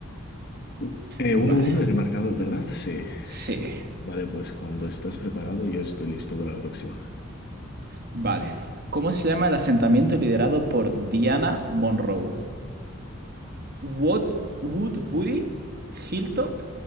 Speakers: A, on the left (about 55°); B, on the right (about 50°).
A: U- eh,
B: Vale.
A: 1-1 en el marcador, ¿verdad? Sí.
B: Sí,
A: Vale, pues cuando estás preparado, yo estoy listo para la próxima.
B: vale. ¿Cómo se llama el asentamiento liderado por Diana Monroe? Wood, Woodbury, Hilltop,